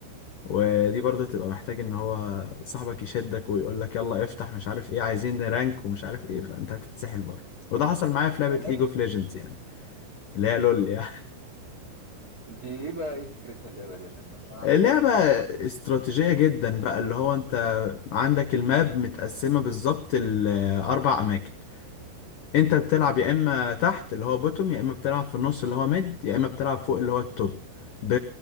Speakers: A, on the left; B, on the right.
A: ودي برضو تبقى محتاج ان هو صاحبك يشدك ويقول لك يلا افتح مش عارف ايه عايزين رانك ومش عارف ايه فانت هتتسحل برضه وده حصل معايا في لعبه
B: والله
A: ليج
B: كنت
A: اوف ليجندز يعني اللي هي لول يعني <laughs>
B: دي ايه بقى ايه فكرتها اللعبه دي عشان بسمعها
A: لعبة
B: دايما
A: استراتيجية جدا بقى اللي هو انت عندك الماب متقسمة بالظبط لأربع أماكن انت بتلعب يا اما تحت اللي هو بوتوم يا اما بتلعب في النص اللي هو ميد يا اما بتلعب فوق اللي هو التوب ب...